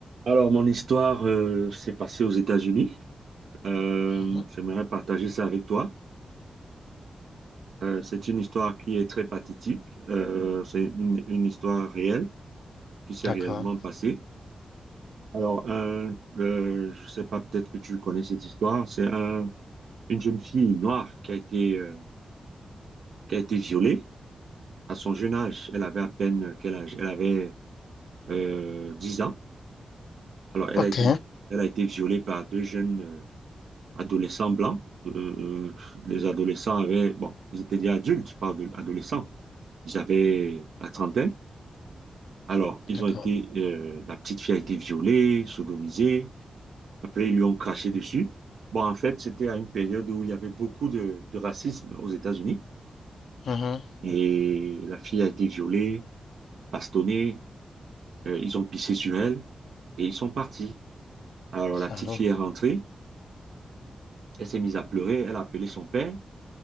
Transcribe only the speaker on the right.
Alors, mon histoire euh, s'est passée aux États-Unis. Euh,
j'aimerais partager ça avec toi. Euh, c'est une histoire qui est très pathétique. Euh, c'est une, une histoire réelle qui s'est
réellement passée. Alors, un, euh, je ne sais pas, peut-être que tu connais cette histoire. C'est un- une jeune fille noire qui a été, euh, qui a été violée à son jeune âge. Elle avait à peine quel âge? Elle avait euh, 10 ans. Alors, elle
a été, elle a été violée par deux jeunes. euh, adolescents blancs. Euh, les adolescents avaient, bon, ils étaient déjà adultes, pas ado- d'adolescents, Ils avaient la trentaine. Alors, ils
ont été, euh, la petite fille a été violée, sodomisée. Après, ils lui ont craché dessus. Bon, en fait, c'était à une période où il y avait beaucoup de, de racisme aux États-Unis.
Et la fille a été violée, bastonnée. euh, ils ont pissé sur elle et ils sont partis. Alors,
la petite fille est rentrée. Elle s'est mise à pleurer. Elle a appelé son père.